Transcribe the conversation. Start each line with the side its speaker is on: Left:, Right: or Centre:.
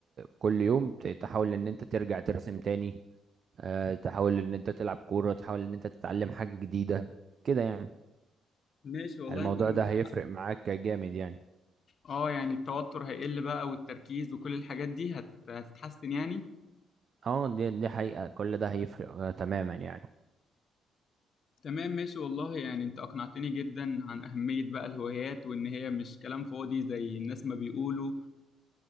Right: كل يوم ت... تحاول ان انت ترجع ترسم تاني آه تحاول ان انت تلعب كورة تحاول ان انت تتعلم حاجة جديدة كده يعني
Left: ماشي والله
Right: الموضوع
Left: انت عندك
Right: ده هيفرق
Left: حق
Right: معاك جامد يعني
Left: اه يعني التوتر هيقل بقى والتركيز وكل الحاجات دي هت... هتتحسن يعني
Right: اه دي دي حقيقة كل ده هيفرق آه تماما يعني
Left: تمام ماشي والله يعني انت اقنعتني جدا عن اهمية بقى الهوايات وان هي مش كلام فاضي زي الناس ما بيقولوا